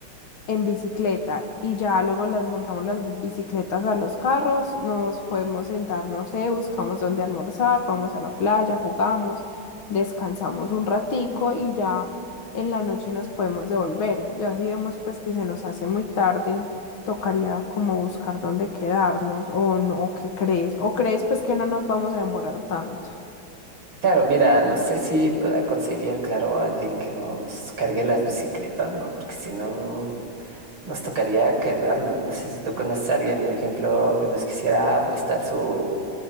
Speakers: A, on the left; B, on the right.
A: en bicicleta y ya luego las montamos las bicicletas a los carros, nos podemos sentar, no sé, buscamos dónde almorzar, vamos a la playa, jugamos, descansamos un ratico y ya en la noche nos podemos devolver. Ya si vemos pues que se nos hace muy tarde, tocaría como buscar dónde quedarnos o no, o qué crees, o crees pues que no nos vamos a demorar tanto.
B: Claro, mira, no sé si pueda conseguir, claro, alguien que nos cargue las bicicletas, ¿no? Porque si no, nos tocaría quedarnos. No sé si tú conoces a alguien, por ejemplo, que nos quisiera prestar su,